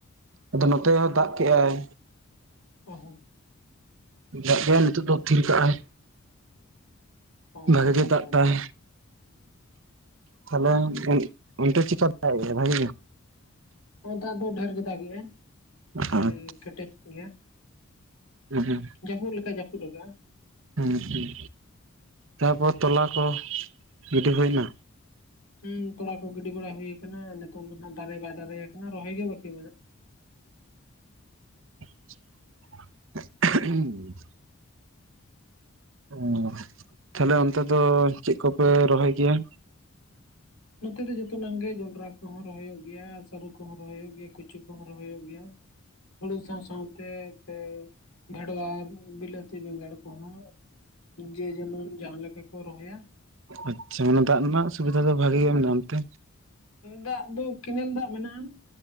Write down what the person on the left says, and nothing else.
ᱱᱤᱛᱚᱝ
ᱫᱚ ᱚᱲᱟᱜ
ᱚ ᱦᱚᱸ
ᱚ
ᱟᱪᱪᱷᱟ
ᱟᱪᱪᱷᱟ
ᱫᱟᱜ ᱫᱚ ᱰᱷᱮᱨ ᱜᱮ ᱫᱟᱜᱮᱜᱟᱭ
ᱟᱹᱰᱤ ᱠᱮᱴᱮᱡ ᱜᱮᱭᱟ
ᱡᱟᱹᱯᱩᱫ ᱞᱮᱠᱟ ᱡᱟᱹᱯᱩᱫ ᱟᱠᱟᱜᱼᱟ
ᱦᱮᱸ ᱛᱚᱲᱟ ᱠᱚ ᱜᱤᱰᱤ ᱵᱟᱲᱟ ᱦᱩᱭ ᱟᱠᱟᱱᱟ ᱱᱤᱛᱚᱝ ᱫᱚ ᱱᱟᱦᱟᱜ ᱫᱟᱨᱮ ᱵᱟᱭ ᱫᱟᱨᱮᱭᱟ ᱟᱠᱟᱱᱟ ᱨᱚᱦᱚᱭ ᱜᱮ ᱵᱟᱹᱠᱤ ᱢᱮᱱᱟᱜᱼᱟ
ᱱᱚᱛᱮ ᱫᱚ ᱡᱚᱛᱚᱱᱟᱜ ᱜᱮ ᱡᱚᱱᱰᱨᱟ ᱠᱚᱦᱚᱸ ᱨᱚᱦᱚᱭᱚᱜ ᱜᱮᱭᱟ ᱟᱨ ᱥᱟᱹᱨᱩ ᱠᱚᱦᱚᱸ ᱨᱚᱦᱚᱭᱚᱜ ᱜᱮᱭᱟ ᱠᱩᱪᱩ ᱠᱚᱦᱚᱸ ᱨᱚᱦᱚᱭᱚᱜ ᱜᱮᱭᱟ <unintelligible> <inaudible> ᱦᱩᱲᱩ ᱥᱟᱶ ᱥᱟᱶᱶᱛᱮ ᱯᱮ ᱵᱷᱮᱰᱣᱟ ᱵᱤᱞᱟᱹᱛᱤ ᱵᱮᱸᱜᱟᱲ ᱠᱚᱦᱚᱸ ᱡᱮ ᱡᱮᱢᱚᱱ ᱡᱟᱦᱟᱸᱮᱠᱟ ᱠᱚ ᱨᱚᱦᱚᱭᱟ
ᱫᱟᱜ ᱫᱚ ᱠᱮᱱᱮᱞ ᱫᱟᱜ ᱢᱮᱱᱟᱜᱼᱟ